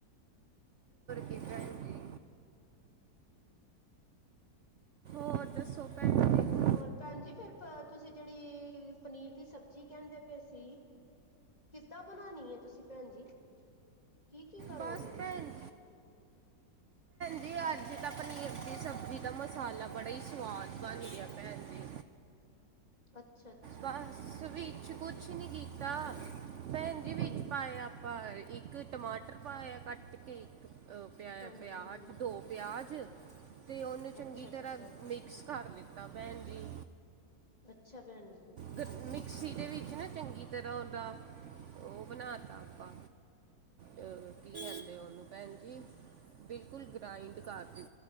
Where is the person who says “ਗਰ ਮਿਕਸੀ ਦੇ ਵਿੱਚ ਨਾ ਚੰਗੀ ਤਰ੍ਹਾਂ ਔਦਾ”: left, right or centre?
Right